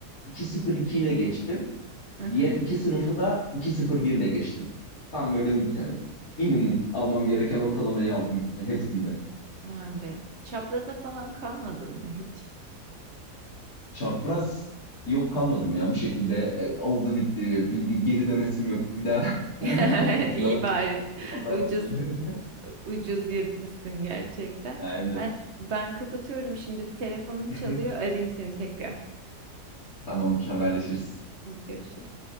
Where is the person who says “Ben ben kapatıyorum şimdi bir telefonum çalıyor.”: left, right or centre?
Right